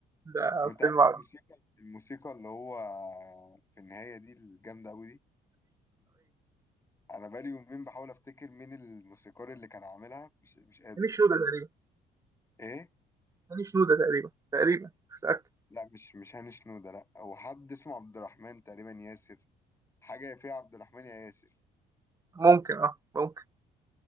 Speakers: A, on the right; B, on the left.
A: ده
B: طب انت
A: فيلم
B: عارف
A: عظيم
B: الموسيقى الموسيقى اللي هو في النهاية دي الجامدة أوي دي أنا بقالي يومين بحاول أفتكر مين الموسيقار اللي كان عاملها مش مش قادر
A: ماليش نودة تقريبا
B: إيه؟
A: ماليش نودة تقريبا تقريبا مش متأكد.
B: لا مش مش هاني شنودة لا هو حد اسمه عبد الرحمن تقريبا ياسر حاجة يا فيها عبد الرحمن يا ياسر
A: ممكن اه ممكن